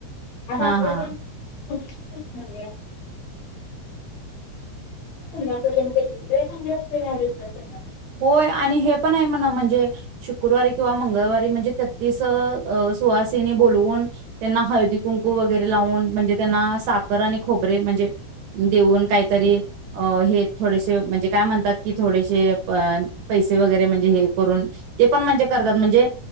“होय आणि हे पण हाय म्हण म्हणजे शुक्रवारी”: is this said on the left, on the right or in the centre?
Right